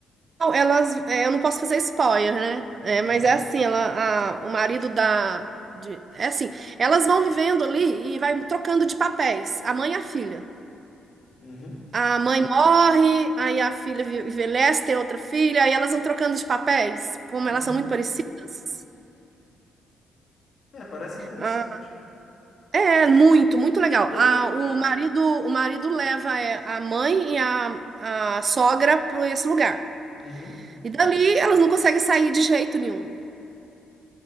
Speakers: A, on the right (about 45°); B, on the left (about 50°).
A: elas, é, eu não posso fazer spoiler, né? É,
B: Uhum,
A: mas é assim, ela, a- o marido da, de- é assim, elas vão vivendo ali e vai trocando de papéis, a mãe e a filha.
B: uhum,
A: A mãe morre, aí a filha vi- envelhece, tem outra filha, aí elas vão trocando de papéis, como
B: uhum.
A: elas são muito parecidas.
B: É, parece interessante.
A: Ah, é muito, muito legal.
B: Eu,
A: Ah,
B: eu-
A: o marido, o marido leva é, a mãe e a, a sogra para esse lugar.
B: uhum,
A: E dali elas não conseguem sair de jeito nenhum.